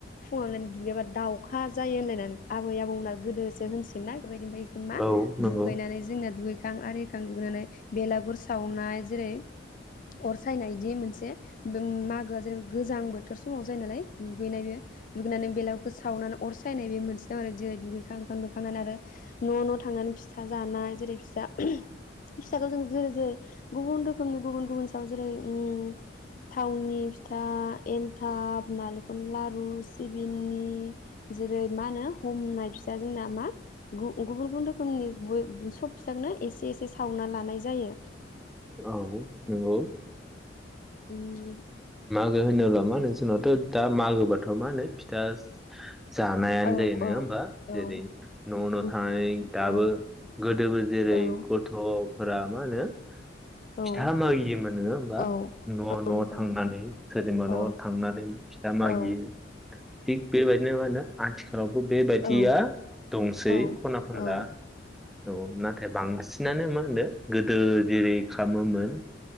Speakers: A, on the left; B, in the centre.
A: फुङावनो दुगैयाबा दाउखा जायो होनलायनानै आबै आबौमोना गोदोसो होनसोयो ना बेफोरबायदिनो ओमफ्राय बेखौनो मा
B: औ
A: दुगैनानै
B: नंगौ
A: जोंना दुगैखां आरिखां दुगैनानै बेलागुर सावनाय जेरै अर सायनाय दि मोनसे मागोआ जेनेबा गोजां बोथोर समाव जायो नालाय दुगैनाय बे दुगैनानै बेलागफोरखौ सावनानै अर सायनाय बे मोनसे दं आरो जेरै दुगैखां लुखां दुखांनानै आरो न' न' थांनानै फिथा जानाय जेरै फिथा फिथाखौ जों जेरै जेरै गुबुन रोखोमनि गुबुन गुबुन सायाव जेरै उम थावनि फिथा एन्थाब नालेंखरनि लारु सिबिननि जेरै मा होनो हमनाय फिथा जोंना मा गुबुन गुबुन रोखोमनि सब फिसाखौनो एसे एसे सावना लानाय जायो
B: औ नंगौ
A: उम
B: मो होनोब्ला मा होनो जोंनावथ' दा मागोबाथ' मा होनो फिथा जानायानो
A: औ
B: जायो नोङा
A: औ
B: होमबा
A: औ
B: जेरै न' न'
A: उम
B: थानानै दाबो
A: औ
B: गोदोबो जेरै
A: औ
B: गथ' फोरा मा होनो
A: औ
B: फिथा मागियोमोन नोङो होमबा
A: औ
B: न' न'
A: नोंथां
B: थांनानै सोरनिबा न'
A: औ
B: थांनानै फिथा मागियो
A: औ
B: थिग बेबायदिनो मा होनो आथिखालावबो बेबायदिया
A: औ
B: दंसै
A: औ
B: खना खनला
A: औ
B: औ नाथाय बांसि बिनानो मा होनदो गोदो जेरै खालामोमोन